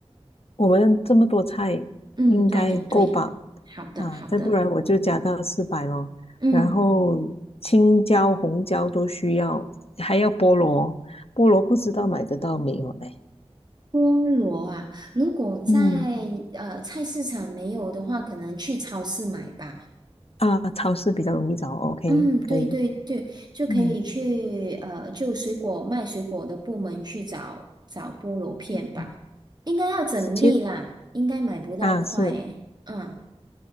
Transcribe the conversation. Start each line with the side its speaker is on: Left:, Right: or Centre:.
Left: 我们这么多菜应该够吧？
Right: 嗯，那也对。好的，
Left: 啊，
Right: 好的。
Left: 再不然我就加到四百咯。
Right: 嗯，
Left: 然后青椒、红椒都需要，还要菠萝，菠萝不知道买得到没有嘞？
Right: 菠萝啊，如果在呃菜市场没有的话，
Left: 嗯
Right: 可能去超市买吧。
Left: 啊，超市比较容易找，OK，
Right: 嗯，对对对，
Left: 可以。
Right: 就可以去呃，
Left: 嗯
Right: 就水果卖水果的部门去找找菠萝片吧。
Left: 嗯，
Right: 应该要整粒啦，
Left: 是切
Right: 应该买不到块诶。
Left: 啊，是
Right: 嗯